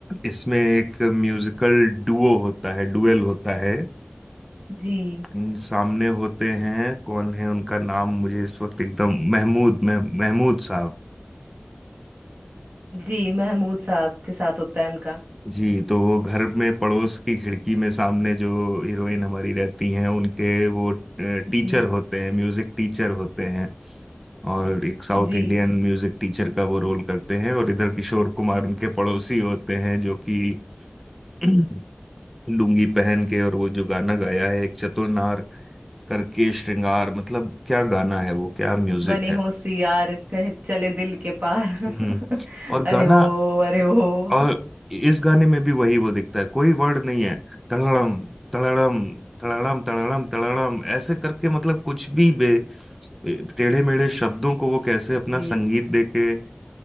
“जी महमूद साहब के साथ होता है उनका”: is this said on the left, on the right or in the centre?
Right